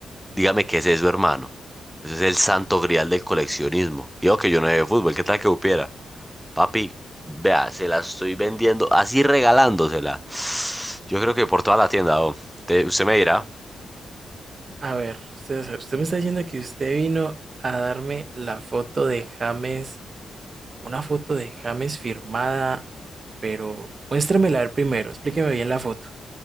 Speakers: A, in the centre; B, on the right.
A: Dígame qué es eso, hermano. Eso es el santo grial del coleccionismo. Y yo que yo no sé de fútbol, ¿qué tal que supiera? Papi, vea, se la estoy vendiendo, así regalándosela. Yo creo que por toda la tienda, oh. Te- usted me dirá.
B: A ver, usted, usted me está diciendo que usted vino a darme la foto de James Una foto de James firmada, pero muéstremela a ver primero, explíqueme bien la foto.